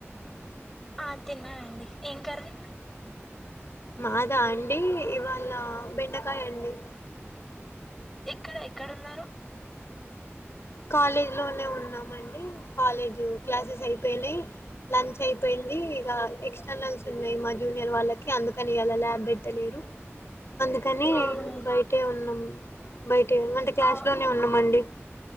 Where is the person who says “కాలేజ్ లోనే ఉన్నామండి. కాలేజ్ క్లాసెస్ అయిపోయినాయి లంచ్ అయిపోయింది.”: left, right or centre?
Left